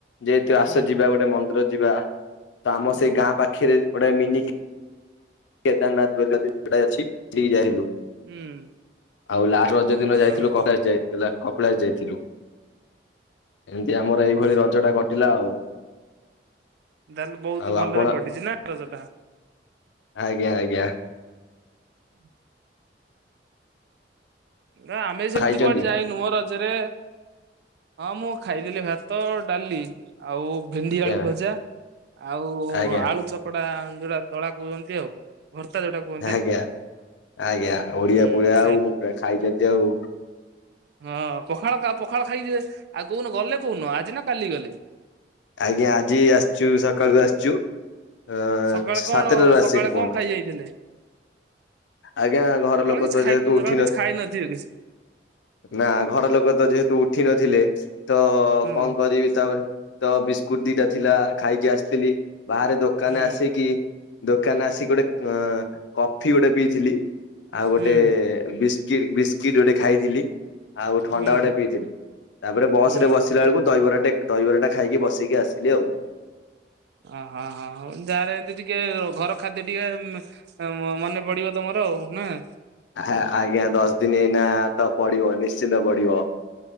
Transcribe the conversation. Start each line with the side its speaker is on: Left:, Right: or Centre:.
Left: ଯେହେତୁ ଆସ
Right: ହୁଁ
Left: ଯିବା ଗୋଟେ ମନ୍ଦିର ଯିବା ତ ଆମ
Right: ହୁଁ
Left: ସେଇ ଗାଁ ପା ଖେରେ ଗୋଟେ ମିନି କେଦାରନାଥ୍ ବେଲେ ବି ଗୋଟାଏ ଅଛି ସେଠିକୁ ଯାଇଥିଲୁ।
Right: ହୁଁ
Left: ଆଉ ଲାଷ୍ଟ୍ ରଜଦିନ
Right: ହଁ
Left: ଯାଇଥିଲୁ
Right: ହଁ ହଁ
Left: କାପିଳାସ କପିଳାସ ଯାଇଥିଲୁ। ଏମିତି ଆମର ଏଇଭଳି
Right: ହୁଁ।
Left: ରଜଟା କଟିଲା ଆଉ।
Right: ତାହେଲେ ବହୁତ୍
Left: ଆଉ
Right: ଭଲରେ
Left: ଆପଣ
Right: କଟିଛି ନା ରଜଟା।
Left: ଆଜ୍ଞା ଆଜ୍ଞା।
Right: ହୁଁ ହୁଁ ଆମେ ସେମିତି
Left: ଖାଇଛନ୍ତି
Right: କୁଆଡ଼େ ଯାଇନୁ ମ ରଜରେ। ହଁ ମୁଁ ଖାଇଥିଲି ଭାତ ଡ଼ାଲି। ଆଉ ଭେଣ୍ଡି ଆଳୁ
Left: ଆଜ୍ଞା
Right: ଭଜା ଆଉ
Left: ଆଜ୍ଞା
Right: ଆଳୁ ଚକ ଚ଼କଡା ଯୋରା ଦଳା କୁହନ୍ତି ଆଉ। ଭର୍ତ୍ତା ଯୋଉଟା କୁ
Left: ଆଜ୍ଞା ଆଜ୍ଞା ଓଡ଼ିଆ
Right: ହୁଁ
Left: ଉଳିଆ ଆଉ
Right: ଖାଇ
Left: ଖାଇଛନ୍ତି ଆଉ।
Right: ହଁ ପଖାଳ ପଖାଳ ଖାଇଯିବେ ଆଉ କୋଉଦିନ ଗଲେ କୋଉଦିନ ଆଜି ନା କାଲି ଗଲେ?
Left: ଆଜ୍ଞା ଆଜି ଆସିଛୁ ସକାଳୁ ଆସିଛୁ। ଅଁ
Right: ସକାଳେ କଣ
Left: ସାତଟାରୁ ଆସି
Right: ସକାଳେ
Left: ଏଠି ପହଞ୍ଚିଲୁ।
Right: କଣ ଖାଇ ଯାଇଥିଲେ?
Left: ଆଜ୍ଞା ଘରଲୋକ
Right: ସକାଳେ କିଛି
Left: ତ
Right: ଖାଇକି
Left: ଯେହେତୁ
Right: ସକାଳେ
Left: ଉଠି
Right: କିଛି
Left: ନଥି
Right: ଖାଇ ନଥିବେ କିଛି
Left: ନା ଘର ଲୋକତ ଯେହେତୁ ଉଠି ନଥିଲେ ତ
Right: ହୁଁ
Left: କଣ କରିବି ତାପରେ ତ ବିସ୍କୁଟ ଦିଟା ଥିଲା ଖାଇକି ଆସିଥିଲି ବାହାରେ ଦୋକାନ
Right: ହୁଁ
Left: ଆସିକି ଦୋକାନ ଆସିକି ଗୋଟେ ଅଁ କଫି ଗୋଟେ ପିଇଥିଲି ଆଉ ଗୋଟେ
Right: ହୁଁ
Left: ବିସ୍କିଟ୍ ବିସ୍କିଟ୍ ଗୋଟେ ଖାଇଥିଲି। ଆଉ ଥଣ୍ଡା
Right: ହୁଁ
Left: ଗୋଟେ ପିଇଥିଲି ତାପରେ ବସ୍
Right: ହୁଁ
Left: ରେ ବସିଲା ବେଳକୁ ଦହିବରାଟେ ଦହିବରା ଟା ଖାଇକି ବସିକି ଆସିଲି ଆଉ।
Right: ଓ ହଁ ହଁ ହଉ ଯାହାହେଲେ ଏମିତି ଟିକେ ଘର ଖାଦ୍ୟ ଟିକେ ମ ମନେ ପଡ଼ିବ ତମର ଆଉ ନାଁ?
Left: ଆ ଆଜ୍ଞା ଦଶଦିନ ଏଇନା ତ ପଢିବ ନିଶ୍ଚିନ୍ତ ପଡ଼ିବ।